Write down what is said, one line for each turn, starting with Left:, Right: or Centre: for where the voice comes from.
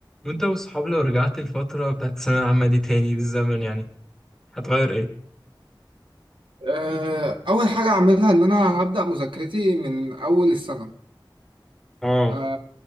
Centre: وانت واصحاب لو رجعت الفترة بتاعت الثانوية العامة دي تاني بالزمن يعني هتغير ايه؟
Right: آه، أول حاجة أعملها إن أنا هبدأ مذاكرتي من أول السنة
Centre: اه
Right: آه،